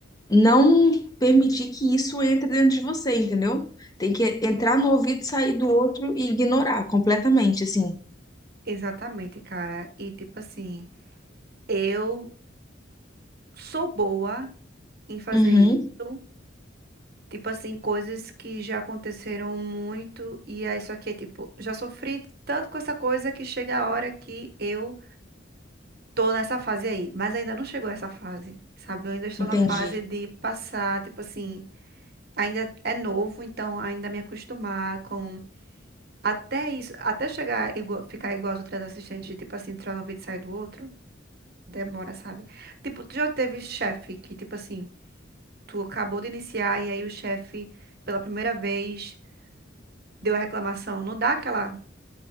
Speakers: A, on the left; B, on the right.
A: não permitir que isso entre dentro de você, entendeu? Tem que entrar no ouvido, sair do outro e ignorar completamente, assim.
B: exatamente, cara. E tipo assim, eu sou boa em fazer
A: Uhum,
B: isso. Tipo assim, coisas que já aconteceram muito. E aí, só que, tipo, já sofri tanto com essa coisa que chega a hora que eu tô nessa fase aí. Mas ainda não chegou essa fase, sabe? Eu ainda estou
A: entendi.
B: na fase de passar, tipo assim. Ainda é novo, então ainda me acostumar com Até isso, até chegar igual, ficar igual aos outros assistentes, de, tipo assim, entrar no vídeo e sair do outro, demora, sabe? Tipo, tu já teve chefe que, tipo assim, tu acabou de iniciar e aí o chefe, pela primeira vez, deu a reclamação. Não dá aquela,